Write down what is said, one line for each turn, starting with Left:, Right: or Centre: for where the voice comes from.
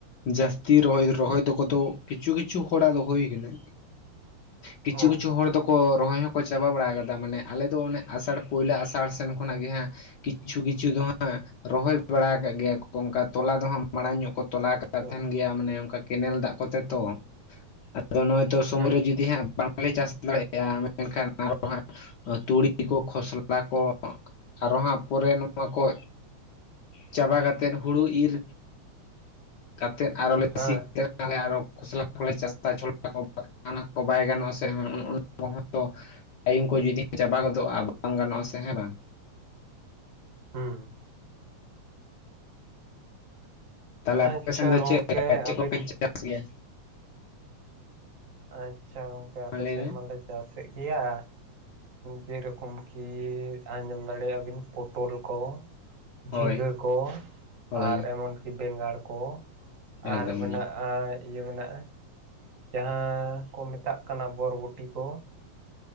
Left: ᱡᱟᱹᱥᱛᱤ ᱨᱚᱦᱚᱭ ᱨᱚᱦᱚᱭ ᱫᱚ ᱠᱚᱫᱚ ᱠᱤᱪᱷᱩ ᱠᱤᱪᱷᱩ ᱦᱚᱲᱟᱜ ᱫᱚ ᱦᱩᱭ ᱠᱟᱱᱟ᱾ ᱠᱤᱪᱷᱩ
Right: ᱚ
Left: ᱠᱤᱪᱷᱩ ᱦᱚᱲ ᱫᱚ ᱠᱚ ᱨᱚᱦᱚᱭ ᱦᱚᱸᱠᱚ ᱪᱟᱵᱟ ᱵᱟᱲᱟ ᱠᱟᱫᱟ, ᱢᱟᱱᱮ ᱟᱞᱮ ᱫᱚ ᱚᱱᱮ ᱟᱥᱟᱲ ᱯᱳᱭᱞᱳ ᱟᱥᱟᱲ ᱥᱮᱱ ᱠᱷᱚᱱᱟᱜ ᱜᱮ ᱦᱟᱸᱜ ᱠᱤᱪᱷᱩ ᱠᱤᱪᱷᱩ ᱫᱚ ᱦᱟᱸᱜ ᱨᱚᱦᱚᱭ ᱵᱟᱲᱟ ᱟᱠᱟᱜ ᱜᱮᱭᱟ ᱠᱚ ᱚᱝᱠᱟ ᱛᱚᱞᱟ ᱫᱚ ᱦᱟᱸᱜ ᱢᱟᱲᱟᱝ ᱧᱚᱜ ᱠᱚ ᱛᱚᱞᱟ <inaudible>
Right: ᱚ
Left: ᱛᱟᱦᱮᱸᱱ ᱜᱮᱭᱟ ᱢᱟᱱᱮ ᱚᱝᱠᱟ ᱠᱮᱱᱮᱞ ᱫᱟᱜ ᱠᱚᱛᱮ ᱛᱚ᱾ ᱟᱫᱚ ᱱᱚᱜᱼᱚᱭ ᱛᱚ ᱥᱚᱢᱚᱭ
Right: ᱦᱩᱸ
Left: ᱨᱮ ᱡᱩᱫᱤ ᱦᱟᱸᱜ ᱵᱟᱝᱞᱮ ᱪᱟᱥ ᱫᱟᱲᱮ ᱭᱟᱜ ᱢᱮᱱᱠᱷᱟᱱ ᱟᱨᱚ ᱦᱟᱸᱜ ᱛᱩᱲᱤ ᱠᱚ, ᱠᱷᱚᱥᱞᱟ ᱠᱚ, ᱟᱨᱚ ᱦᱟᱸᱜ ᱯᱚᱨᱮ ᱱᱚᱣᱟ ᱠᱚ ᱪᱟᱵᱟ ᱠᱟᱛᱮᱫ ᱦᱩᱲᱩ ᱤᱨ ᱠᱟᱛᱮᱫ ᱟᱨᱚᱞᱮ
Right: ᱦᱮᱸ
Left: ᱥᱤ <inaudible> ᱛᱟᱦᱚᱞᱮ ᱟᱨᱚ ᱠᱷᱚᱥᱞᱟ ᱠᱚᱞᱮ ᱪᱟᱥᱟ ᱪᱷᱚᱞᱟ ᱠᱚ <inaudible> ᱚᱱᱟ ᱠᱚ ᱵᱟᱭ ᱜᱟᱱᱚᱜᱼᱟ ᱥᱮ ᱚᱱᱟ ᱠᱚ ᱦᱚᱸ ᱛᱚ ᱴᱟᱭᱤᱢ ᱠᱚ ᱡᱩᱫᱤ ᱪᱟᱵᱟ ᱜᱚᱫᱚᱜᱼᱟ ᱵᱟᱝ ᱜᱟᱱᱚᱜᱼᱟ ᱥᱮ ᱦᱮᱸ ᱵᱟᱝ?
Right: ᱦᱩᱸ
Left: ᱛᱟᱦᱚᱞᱮ ᱟᱯᱮ
Right: ᱟᱪᱪᱷᱟ
Left: ᱥᱮᱱ ᱫᱚ
Right: ᱜᱚᱝᱠᱮ
Left: ᱪᱮᱫ <inaudible> ᱪᱮᱫ
Right: ᱟᱹᱵᱤᱱ
Left: ᱠᱚᱯᱮ ᱪᱟᱥ ᱜᱮᱭᱟ?
Right: ᱟᱪᱪᱷᱟ ᱜᱚᱝᱠᱮ ᱟᱞᱮ
Left: ᱢᱟ ᱞᱟᱹᱭ
Right: ᱥᱮᱫ
Left: ᱢᱮ
Right: ᱢᱟᱞᱮ ᱪᱟᱥᱮᱫ ᱜᱮᱭᱟ, ᱡᱮ ᱨᱚᱠᱚᱢ ᱠᱤ ᱟᱸᱡᱚᱢ ᱫᱟᱲᱮᱭᱟᱜᱼᱟ ᱵᱤᱱ ᱯᱚᱴᱚᱞ ᱠᱚ,
Left: ᱦᱳᱭ
Right: ᱡᱷᱤᱸᱜᱟᱹ ᱠᱚ,
Left: ᱦᱳᱭ
Right: ᱟᱨ ᱮᱢᱚᱱ ᱠᱤ ᱵᱮᱸᱜᱟᱲ ᱠᱚ,
Left: ᱮᱠᱫᱚᱢ
Right: ᱟᱨ ᱢᱮᱱᱟᱜᱼᱟ
Left: ᱜᱮ
Right: ᱤᱭᱟᱹ ᱢᱮᱱᱟᱜᱼᱟ ᱡᱟᱦᱟᱸ ᱠᱚ ᱢᱮᱛᱟᱜ ᱠᱟᱱᱟ ᱵᱚᱨᱵᱚᱴᱤ ᱠᱚ,